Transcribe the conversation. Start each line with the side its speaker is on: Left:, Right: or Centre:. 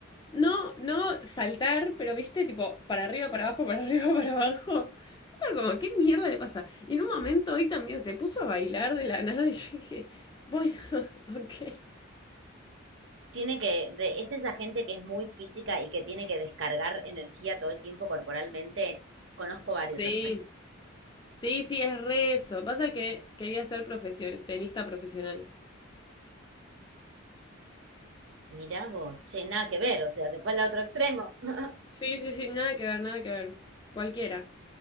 Left: no, no saltar, pero viste, tipo, para arriba, para abajo, para arriba, <laughs> para abajo. Yo estaba como, ¿qué mierda le pasa? Y en un momento hoy también se puso a bailar de la nada y <laughs> yo dije, bueno, <laughs> ok.
Right: Tiene que, de, es esa gente que es muy física y que tiene que descargar energía todo el tiempo corporalmente. Conozco varios
Left: Sí,
Right: así.
Left: sí, sí, es re eso. Pasa que quería ser profesio- tenista profesional.
Right: Mirá vos, che, nada que ver, o sea, se fue al otro extremo. <laughs>
Left: Sí, sí, sí, nada que ver, nada que ver. Cualquiera.